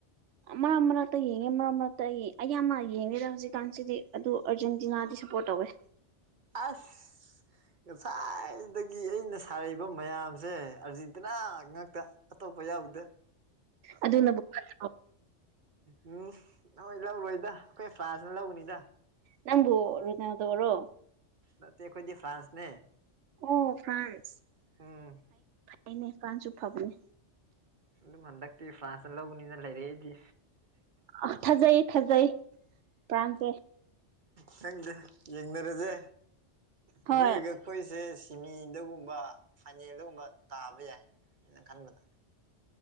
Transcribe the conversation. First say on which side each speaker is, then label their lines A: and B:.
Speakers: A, on the right; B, on the right.
A: ꯃꯔꯛ ꯃꯔꯛꯇ ꯌꯦꯡꯉꯦ ꯃꯔꯛ ꯃꯔꯛꯇ ꯑꯩ ꯑꯌꯥꯝꯕ ꯌꯦꯡꯉꯦꯗ ꯍꯧꯖꯤꯛꯀꯥꯟꯁꯤꯗꯤ ꯑꯗꯨ ꯑꯔꯖꯦꯟꯇꯤꯅꯥꯗꯤ ꯁꯞꯄꯣꯔꯠ ꯇꯧ ꯋꯦ
B: ꯑꯁ ꯉꯁꯥꯏꯗꯒꯤ ꯑꯩꯅ ꯁꯥꯔꯛꯏꯕ ꯃꯌꯥꯝꯁꯦ ꯑꯥꯔꯖꯦꯟꯇꯤꯅꯥ ꯉꯥꯛ ꯇ ꯑꯇꯣꯞꯄ ꯌꯥꯎꯗꯦ
A: ꯑꯗꯨꯅꯕꯨ ꯐꯠꯇ꯭ꯔꯣ
B: ꯎꯝ ꯅꯣꯏ ꯂꯧꯔꯣꯏꯗ ꯑꯩꯈꯣꯏ ꯐ꯭ꯔꯥꯟꯁꯅ ꯂꯧꯒꯅꯤꯗ
A: ꯅꯪꯕꯨ ꯔꯣꯅꯥꯜꯗꯣꯔꯣ
B: ꯅꯠꯇꯦ ꯑꯈꯣꯏꯗꯤ ꯐ꯭ꯔꯥꯟꯁꯅꯦ
A: ꯑꯣ ꯐ꯭ꯔꯥꯟꯁ
B: ꯎꯝ
A: ꯑꯩꯅꯦ ꯐ꯭ꯔꯥꯟꯁꯨ ꯐꯕꯅꯦ
B: ꯁꯨꯝ ꯍꯟꯗꯛꯇꯤ ꯐ꯭ꯔꯥꯟꯁꯅ ꯂꯧꯒꯅꯤꯅ ꯂꯩꯔꯦ ꯑꯩꯗꯤ
A: ꯑ ꯊꯥꯖꯩ ꯊꯥꯖꯩ ꯐ꯭ꯔꯥꯟꯁꯁꯦ
B: ꯈꯪꯗꯦ ꯌꯦꯡꯅꯔꯖꯦ
A: ꯍꯣꯏ
B: ꯅꯣꯏꯒ ꯈꯣꯏꯁꯦ ꯁꯤꯃꯤꯗꯒꯨꯝꯕ ꯐꯥꯏꯅꯦꯜꯗꯒꯨꯝꯕ ꯇꯥꯕ ꯌꯥꯏ ꯑꯩꯅ ꯈꯟꯕꯗ